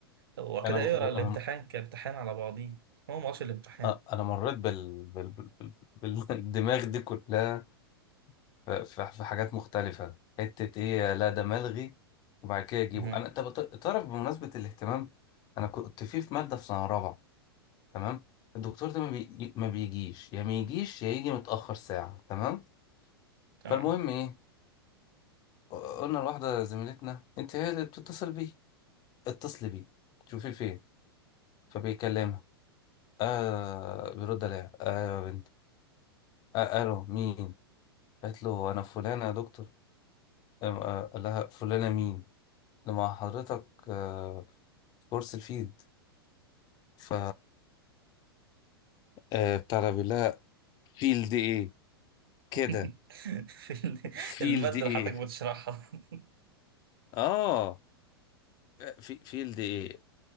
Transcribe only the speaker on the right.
وكده
اقرا
الامتحان كامتحان على بعضيه هو ما هوش الامتحان
مهم.
تمام
<laughs>
المادة
اللي حضرتك بتشرحها <laughs>